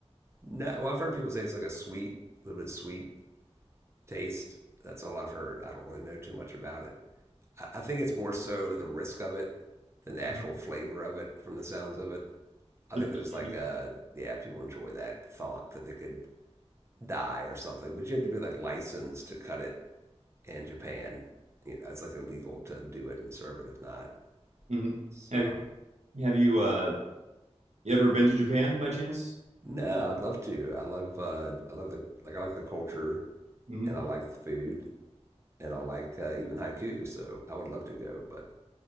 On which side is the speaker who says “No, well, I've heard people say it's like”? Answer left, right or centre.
Right